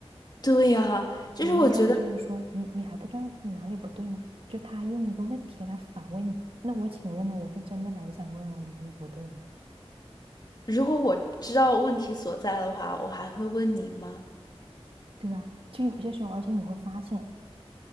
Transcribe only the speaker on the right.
然后要么就是说你你还不知道自己哪里不对吗？就他用一个问题来反问你，那我请问呢？我是真的来想问我哪里不对吗？
对吧？就有些时候，而且你会发现，